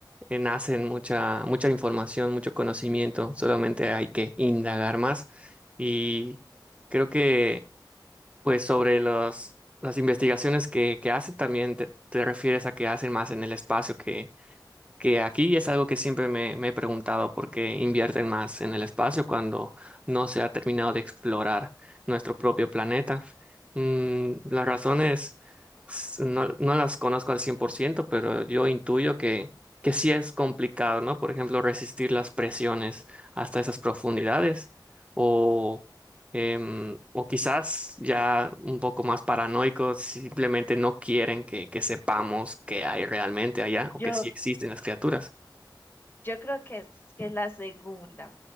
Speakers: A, on the right; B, on the left.
A: eh, nacen mucha, mucha información, mucho conocimiento, solamente hay que indagar más y creo que Pues sobre los, las investigaciones que, que hacen, también te, te refieres a que hacen más en el espacio que, que aquí, y es algo que siempre me, me he preguntado por qué invierten más en el espacio cuando no se ha terminado de explorar nuestro propio planeta. Mm, las razones s- no, no las conozco al cien por ciento pero yo intuyo que, que sí es complicado, ¿no? Por ejemplo, resistir las presiones hasta esas profundidades o em, o quizás ya un poco más paranoicos, simplemente no quieren que, que sepamos qué hay realmente allá
B: Yo
A: o que sí existen las criaturas.
B: Yo creo que es, que es la segunda.